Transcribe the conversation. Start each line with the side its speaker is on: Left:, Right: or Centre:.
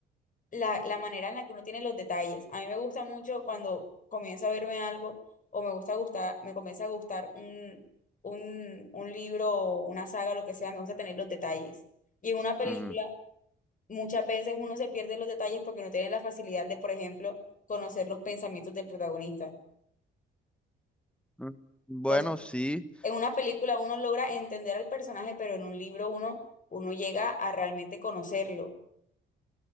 Left: la, la manera en la que uno tiene los detalles. A mí me gusta mucho cuando comienzo a verme algo o me gusta gustar, me comienza a gustar un, un, un libro o una saga, lo que sea, me gusta tener los detalles. Y en una película,
Centre: Ujú.
Left: muchas veces uno se pierde los detalles porque no tiene la facilidad de, por ejemplo, conocer los pensamientos del protagonista.
Centre: Mm, Bueno,
Left: Entonces,
Centre: sí,
Left: en una película uno logra entender al personaje, pero en un libro uno, uno llega a realmente conocerlo.